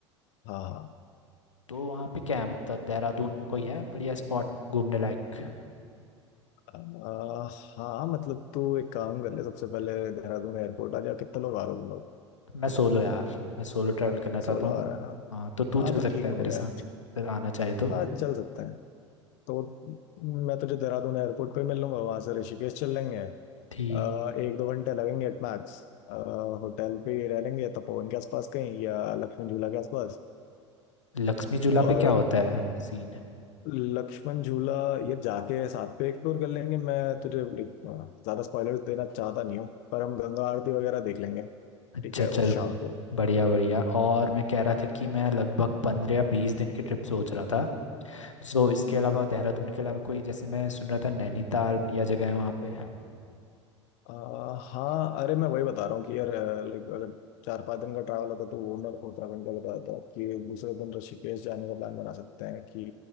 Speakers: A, on the left; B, on the left.
A: हाँ हाँ
B: तो वहाँ पे क्या है मतलब देहरादून पे कोई है बढ़िया स्पॉट घूमने लायक
A: आ, हाँ मतलब तू एक काम कर ले सबसे पहले देहरादून एयरपोर्ट आ जा कितने लोग आ रहे हो तुम लोग
B: मैं सोलो यार मैं सोलो ट्रैवल करना चाहता
A: सोलह
B: हूँ
A: आ रहे हैं ना
B: हाँ तो तू
A: हाँ
B: चल
A: तो
B: सकता
A: ठीक
B: है मेरे
A: हो गया
B: साथ अगर आना चाहे तो
A: हाँ चल सकते हैं तो मैं तुझे देहरादून एयरपोर्ट पे मिल लूंगा वहां से ऋषिकेश चल लेंगे अ,
B: ठीक
A: एक दो घंटे लगेंगे एट मैक्स होटल पे ही रह लेंगे तपोवन के आसपास कहीं या लक्ष्मण झूला के आसपास
B: लक्ष्मी झूला
A: और
B: पे क्या होता है सीन
A: लक्ष्मण झूला ये जाके साथ पे एक्सप्लोर कर लेंगे मैं तुझे like, अ, ज्यादा स्पॉयलर्स देना चाहता नहीं हूँ पर हम गंगा आरती वगैरह देख लेंगे
B: अच्छा
A: ठीक है
B: चल
A: उस शाम को
B: बढ़िया बढ़िया और मैं कह रहा था कि मैं लगभग पंद्रह या बीस दिन की ट्रिप सोच रहा था सो इसके अलावा देहरादून के अलावा कोई जैसे मैं सुन रहा था नैनीताल बढ़िया जगह है वहाँ पे
A: आ, हाँ अरे मैं वही बता रहा हूँ कि यार लाइक अगर चार पाँच दिन का ट्रैवल होता तो वो मैं उत्तराखंड का बता देता हूँ कि दूसरे दिन ऋषिकेश जाने का प्लान बना सकते हैं कि